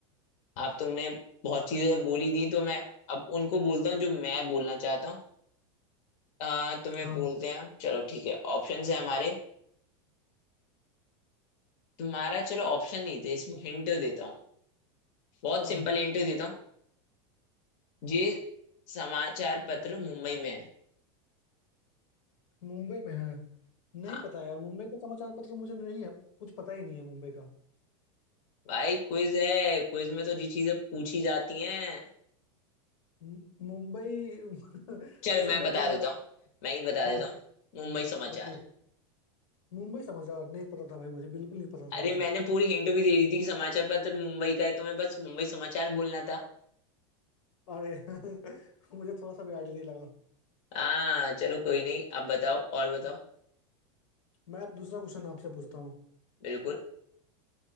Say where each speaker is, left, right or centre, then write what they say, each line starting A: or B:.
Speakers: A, on the left; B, on the left.
A: आप तुमने बहुत चीजें बोली दी तो मैं अब उनको बोलता हूँ जो मैं बोलना चाहता हूँ अ, तुम्हें
B: हाँ
A: बोलते हैं चलो ठीक है ऑप्शन है हमारे तुम्हारा चलो ऑप्शन नहीं थे इसमें हिंट देता हूँ बहुत
B: क्या
A: सिंपल हिंट देता हूँ ये समाचार पत्र मुंबई में है
B: मुंबई में है नहीं
A: हाँ
B: पता यार मुंबई का समाचार पत्र तो मुझे नहीं है कुछ पता ही नहीं है मुंबई का
A: भाई क्विज है क्विज में तो जी चीजें पूछी जाती हैं
B: मु- मुंबई <laughs>
A: चलो
B: जैसे
A: मैं बता
B: दैनिक
A: देता
B: जागरण
A: हूँ मैं ही बता
B: हाँ
A: देता हूँ मुंबई समाचार
B: बिल्कुल मुंबई समाचार नहीं पता था भाई मुझे बिल्कुल नहीं पता
A: अरे
B: था ये
A: मैंने
B: चीज
A: पूरी हिंट भी दे दी थी कि समाचार पत्र मुंबई का है तुम्हें बस मुंबई समाचार बोलना था
B: अरे <laughs> मुझे थोड़ा सा भी आइडिया नहीं लगा
A: हाँ चलो कोई नहीं अब बताओ और बताओ
B: मैं अब दूसरा क्वेश्चन आपसे पूछता हूँ
A: बिल्कुल